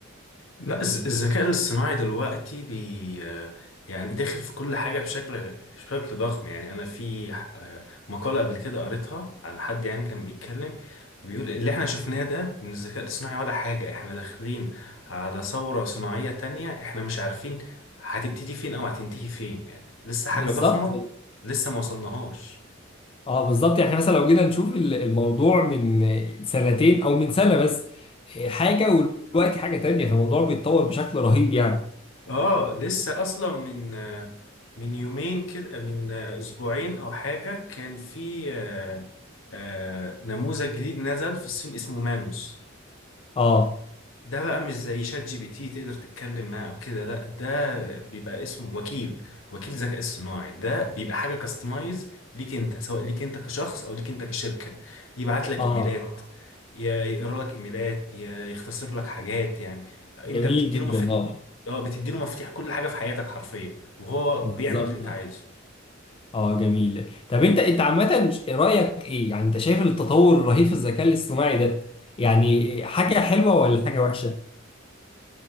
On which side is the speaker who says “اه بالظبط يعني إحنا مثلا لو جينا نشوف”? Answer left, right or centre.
Left